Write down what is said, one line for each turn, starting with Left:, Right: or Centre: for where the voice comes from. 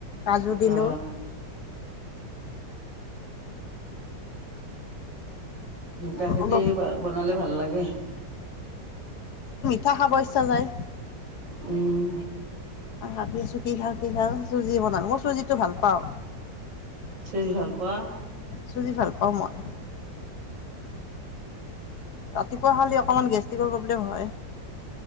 Left: কাজু দিলো।
Right: অ গাখীৰ
Left: অলপ
Right: দি বনালে ভাল লাগে।
Left: থকা পইচা যায়।
Right: উম।
Left: ভাবি আছোঁ কি খাওঁ চুজি বনালো মই চুজিটো ভাল পাওঁ।
Right: চুজি ভাল পোৱা।
Left: চুজি ভাল পাও মই ৰাতিপুৱা খালি অকমান গেষ্টিকৰ প্ৰব্লেম হয়।